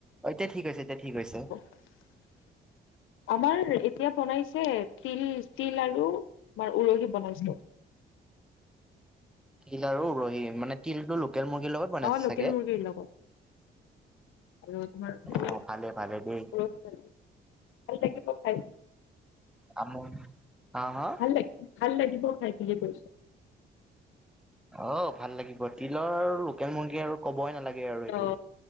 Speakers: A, in the centre; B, on the left.
A: এতিয়া ঠিক হৈছে, এতিয়া ঠিক হৈছে।
B: <inaudible> আমাৰ এতিয়া বনাইছে তিল, তিল আৰু আমাৰ উৰহি বনাইছে।
A: তিল আৰু উৰহি, মানে তিলটো লোকেল মুৰ্গীৰ লগত। বনাইছে
B: অ' লোকেল
A: চাগে?
B: মুৰ্গীৰ লগত। আৰু তোমাৰ <unintelligible>
A: অ' ভালে ভালে দেই
B: ভাল লাগিব খাই।
A: আমন হা, হা?
B: ভাল ভাল লাগিব খাই বুলি কৈছোঁ।
A: অ' ভাল লাগিব। তিলৰ আৰু লোকেল মুৰ্গী আৰু ক'বই নালাগে আৰু এইটো,
B: অ